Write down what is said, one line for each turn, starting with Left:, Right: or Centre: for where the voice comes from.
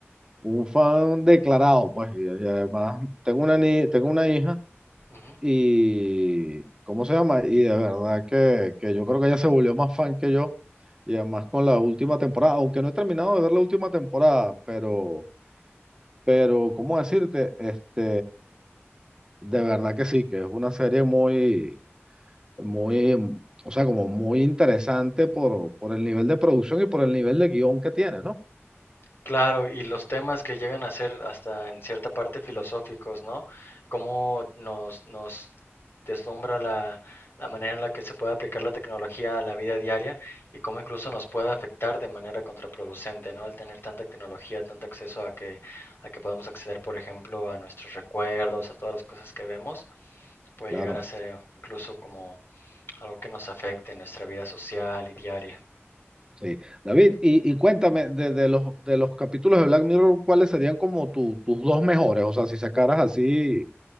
Right: un fan declarado, pues, y, y además tengo una, ni- tengo una hija
Left: Ujú.
Right: y, ¿cómo se llama? Y de verdad que, que yo creo que ella se volvió más fan que yo y además con la última temporada, aunque no he terminado de ver la última temporada, pero, pero, ¿cómo decirte? Este, de verdad que sí, que es una serie muy muy, o sea, como muy interesante por, por el nivel de producción y por el nivel de guión que tiene, ¿no?
Left: Claro, y los temas que llegan a ser hasta en cierta parte filosóficos, ¿no? Cómo nos, nos deslumbra la, la manera en la que se puede aplicar la tecnología a la vida diaria y cómo incluso nos puede afectar de manera contraproducente, ¿no? Al tener tanta tecnología, tanto acceso a que, a que podamos acceder, por ejemplo, a nuestros recuerdos, a todas las cosas que vemos, puede
Right: Claro,
Left: llegar a ser eh, incluso como algo que nos afecte en nuestra vida social y diaria.
Right: sí. David, y, y cuéntame, de, de los, de los capítulos de Black Mirror, ¿cuáles serían como tu- tus dos mejores? O sea, si sacaras así,